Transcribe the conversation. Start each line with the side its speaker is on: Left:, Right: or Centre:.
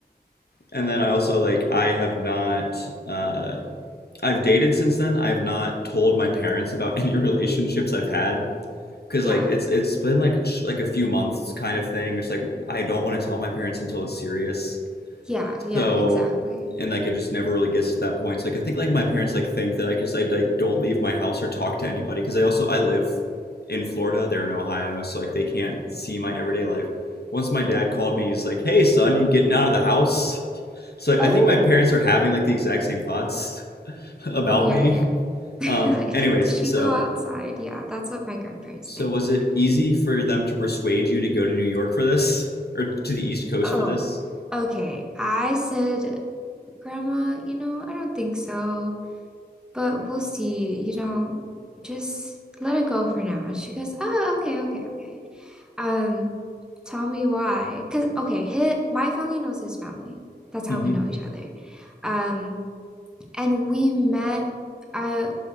Left: and then I also like I have not, uh, I've dated since then. I've not told my parents about <laughs> any relationships I've had because
Centre: Yeah.
Left: like it's it's been like sh- like a few months kind of thing. It's like I don't want to tell my parents until it's serious.
Centre: Yeah. Yeah.
Left: So,
Centre: Exactly.
Left: and like it just never really gets to that point. So, like I think like my parents like think that I just I like don't leave my house or talk to anybody because I also I live in Florida, they're in Ohio, so like they can't see my everyday life. Once my dad called me, he's like, "Hey son, you getting out of the house?" So like,
Centre: Oh.
Left: I think my parents are having like the exact same thoughts <laughs> about
Centre: Oh, yeah.
Left: me.
Centre: Yeah. <laughs>
Left: Um,
Centre: Like,
Left: anyways,
Centre: does she
Left: so
Centre: go outside? Yeah. That's what my grandparents
Left: so
Centre: think.
Left: was it easy for them to persuade you to go to New York for this or to the East Coast
Centre: Oh.
Left: for this?
Centre: Okay, I said Grandma, you know, I don't think so, but we'll see. You know, just let it go for now. And she goes, Oh, okay, okay, okay. Um, tell me why. Because, okay, his, my family knows his family. That's how
Left: hmm
Centre: we know each other. Um, and we met, I,